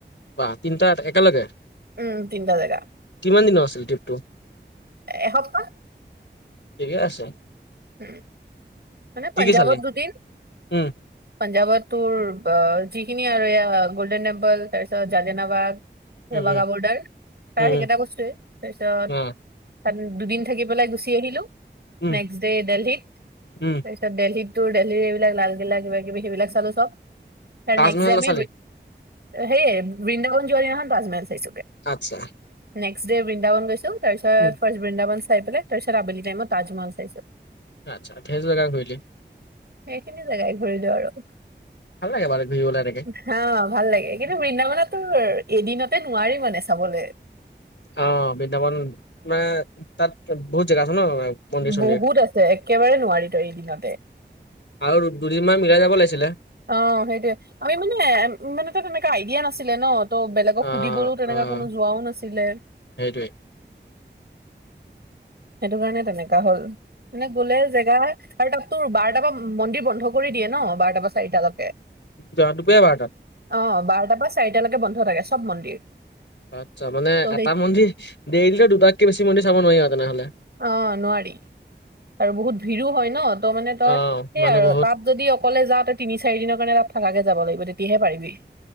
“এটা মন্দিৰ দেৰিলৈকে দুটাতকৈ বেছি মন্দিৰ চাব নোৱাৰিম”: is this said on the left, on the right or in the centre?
Left